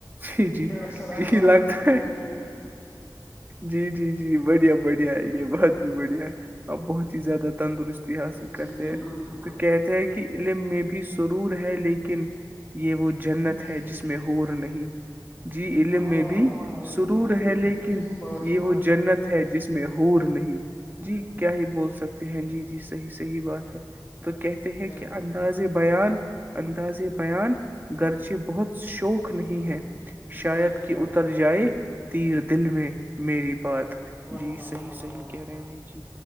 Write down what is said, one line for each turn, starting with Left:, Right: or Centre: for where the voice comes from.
Right: جی
Left: کیونکہ
Right: جی
Left: میرا سر آسمانوں
Right: جی لگتا
Left: تک پہنچ
Right: ہے
Left: گیا
Right: جی جی جی بڑھیا
Left: جی
Right: بڑھیا
Left: بالکل
Right: یہ
Left: بالکل
Right: بات بھی بڑھیا ہے ا بہت زدہ تندرست حاصل کرتے
Left: جی بالکل
Right: ہیں
Left: بالکل
Right: تو کہتے ہیں کہ علم میں بھی ضرور ہے لیکن یہ وہ جنت
Left: جی
Right: ہے جس میں ہوور نہیں جی علم
Left: واہ
Right: میں
Left: واہ
Right: بھی
Left: واہ واہ
Right: سرور
Left: کیا ہی
Right: ہے لیکن
Left: بہترین بات
Right: یہ
Left: ہے
Right: وہ جنت ہے جس میں ہو نہیں جی کیا ہی بول سکتے ہاں جی جی صحیح صحیح بات ہے تو کہتے ہیں
Left: کیا
Right: کہ
Left: ہی لکھا
Right: اندازے
Left: ہے
Right: بیان اندازے بیان گرچہ بہت شوق نہیں
Left: جی
Right: ہے
Left: جی
Right: شاید
Left: کیا ہی
Right: کہ
Left: بات
Right: اتر
Left: ہے
Right: جائے تیر دل میں میری بات
Left: واہ
Right: جی
Left: واہ
Right: صحیح
Left: واہ
Right: صحیح
Left: واہ
Right: کہہ رہے ہیں جی